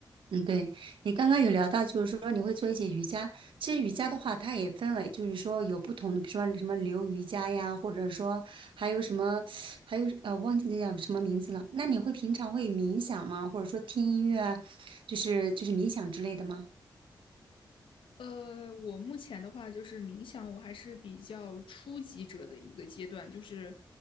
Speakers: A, on the right (about 85°); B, on the left (about 85°).
A: 嗯，对，你刚刚有聊到，就是说你会做一些瑜伽。其实瑜伽的话，它也分为，就是说有不同的，比如说什么流瑜伽呀，或者说还有什么，还有呃，忘记那叫什么名字了。那你会平常会冥想吗？或者说听音乐啊，就是就是冥想之类的吗？
B: 呃，我目前的话就是冥想，我还是比较初级者的一个阶段，就是